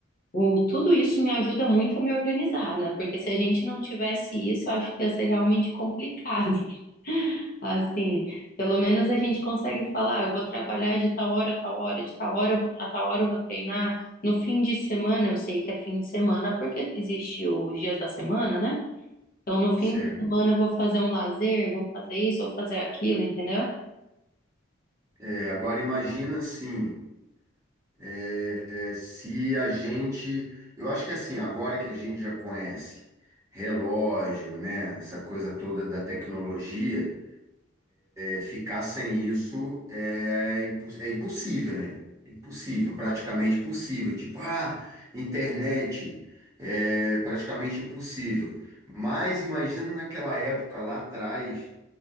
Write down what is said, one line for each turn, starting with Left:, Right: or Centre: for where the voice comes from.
Left: O, tudo isso me ajuda muito a me organizar, né? Porque se a gente não tivesse isso, eu acho que ia ser realmente complicado. <laughs> Assim, pelo menos a gente consegue falar, "Ah, eu vou trabalhar de tal hora a tal hora, de tal hora eu vou- a tal hora eu vou treinar. No fim de semana, eu sei que é fim de semana porque existe os dias da semana, né? Então, no
Right: certo.
Left: fim de semana eu vou fazer um lazer, vou fazer isso, vou fazer aquilo, entendeu?
Right: É, agora imagina assim. É, é, se a gente, eu acho que assim, agora que a gente já conhece relógio, né, essa coisa toda da tecnologia, é, ficar sem isso é, é impo- é impossível, né? É impossível, praticamente impossível. Tipo, ah, internet, é praticamente impossível. Mas imagina naquela época lá atrás